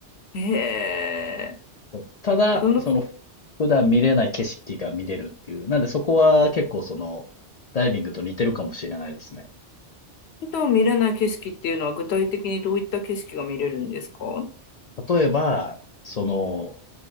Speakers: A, on the left (about 70°); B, on the left (about 55°).
A: ええ、え
B: そうただ、
A: え。どの、
B: その、
A: 普
B: 普段見れない景色が見れるっていう。なんでそこは結構その、ダイビングと似てるかもしれないですね。
A: 段見れない景色っていうのは具体的にどういった景色が見れるんですか
B: 例えば、その、